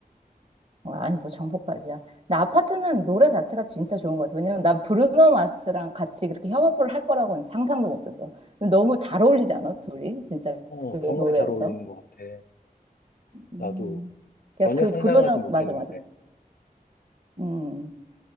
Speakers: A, on the right; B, on the left.
A: 와, 아니 뭐 정보까지야. 나 아파트는 노래 자체가 진짜 좋은 것 같아. 왜냐면 난 브루노 마스랑 같이 그렇게 협업을 할 거라고는 상상도 못했어. 근데 너무 잘 어울리지 않아? 둘이 진짜
B: 어,
A: 그 노래에서.
B: 정말 잘 어울리는 것 같아.
A: 음.
B: 나도
A: 그냥
B: 전혀
A: 그
B: 상상하지
A: 브루노
B: 못했는데.
A: 맞아 맞아. 음.